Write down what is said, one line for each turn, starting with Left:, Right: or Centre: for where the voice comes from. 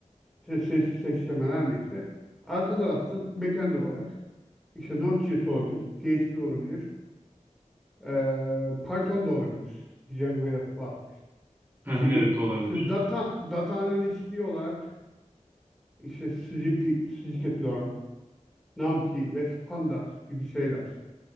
Centre: işte ses, seçmeler her neyse. Arka tarafta backend olarak işte Node.js olabilir, PHP olabilir, eee, Python da olabilir. Django ya da Flask
Right: <laughs>
Centre: şeyi.
Right: Evet olabilir.
Centre: İşte data data analistliği olarak işte SGP, scikit-learn, NumPy ve Pandas gibi şeyler.